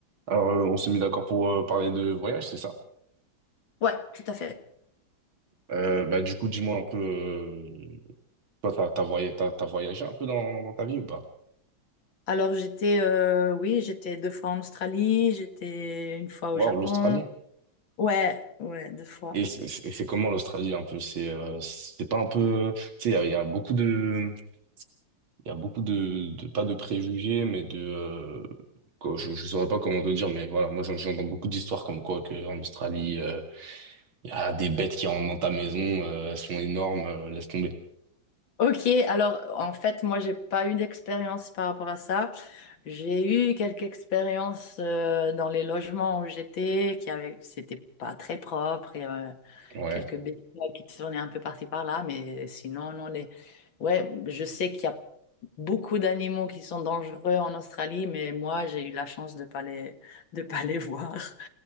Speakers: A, on the right; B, on the left.
A: Alors, euh, on s'est mis d'accord pour euh, parler de voyage, c'est ça?
B: Ouais, tout à fait.
A: Euh, bah, du coup, dis-moi un peu, euh, toi, t'as, t'as voyagé, t'as, t'as voyagé un peu dans, dans ta vie ou pas?
B: Alors j'étais, euh, oui, j'étais deux fois en Australie, j'étais une fois au
A: Waouh,
B: Japon.
A: l'Australie.
B: Ouais, ouais, deux fois.
A: Et c'est c'est- c'est comment l'Australie un peu? C'est euh, c'est pas un peu, tu sais, il y, a il y a beaucoup de, il y a beaucoup de, de- pas de préjugés, mais de, euh, quoi, je, je saurais pas comment te dire, mais voilà, moi j'en- j'entends beaucoup d'histoires comme quoi que en Australie, euh, il y a des bêtes qui rentrent dans ta maison, euh, elles sont énormes, euh, laisse tomber.
B: Ok, alors en fait, moi, j'ai pas eu d'expérience par rapport à ça. J'ai eu quelques expériences euh, dans les logements où j'étais, qui avaient, c'était pas très propre. Et, euh,
A: Ouais.
B: quelques bétails qui tournaient un peu par-ci par-là, mais sinon, non, les... Ouais, je sais qu'il y a beaucoup d'animaux qui sont dangereux en Australie, mais moi, j'ai eu la chance de pas les, de pas les <laughs> voir.